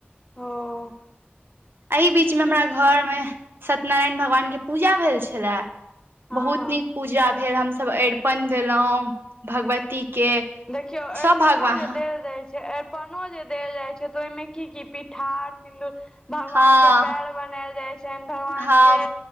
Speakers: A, on the left (about 20°); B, on the right (about 65°).
A: ओह
B: एहि बीच में हमरा घर मे सत्यनारायण भगवान के पूजा भेल छले।
A: हँ
B: बहुत नीक पूजा भेल हमसभ अरिपन देलहुं भगवती के।
A: देखियो अरिपनो
B: सब भगवान
A: जे देल जाय छै अरि अरपनो जे देल जाइ छै तऽ ओहिमे की क पिठार सिन्दूर भगवान
B: हँ
A: के पैर बनायल जाय छनि भगवान
B: हँ
A: के